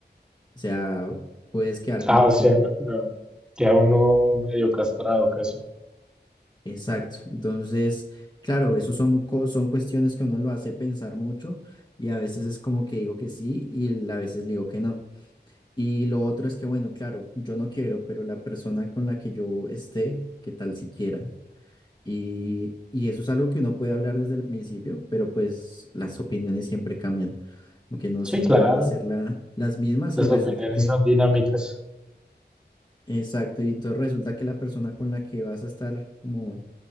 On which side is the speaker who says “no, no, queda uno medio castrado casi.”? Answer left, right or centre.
Centre